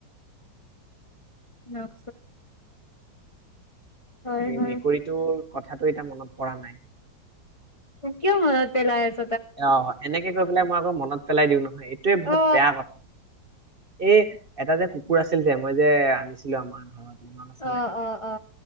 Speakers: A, on the left; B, on the right.
A: নহ হয়
B: বাকী
A: হয়
B: মেকুৰীটোৰ কথাটো এতিয়া মনত পৰা নাই।
A: কিয় মনত পেলাই আছে।
B: অ এনেকে কৈ পেলাই মই আকৌ মনত পেলাই দিওঁ নহয় এইটোয়ে বহুত
A: অ
B: বেয়া কথা এই এটা যে কুকুৰ আছিল যে মই যে আনিছিলো আমাৰ ঘৰত। মনত আছা
A: অ
B: নাই
A: অ অ